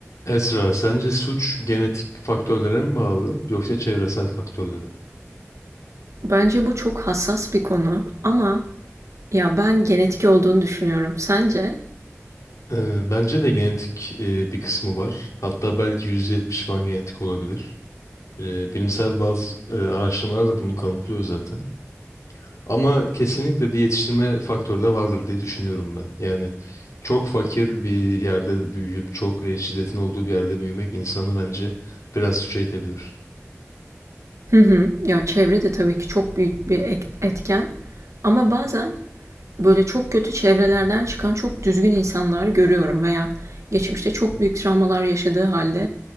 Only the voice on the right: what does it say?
Bence bu çok hassas bir konu ama ya ben genetik olduğunu düşünüyorum. Sence?
Hı hı. Ya çevre de tabii ki çok büyük bir ek- etken. Ama bazen böyle çok kötü çevrelerden çıkan çok düzgün insanlar görüyorum veya geçmişte çok büyük travmalar yaşadığı halde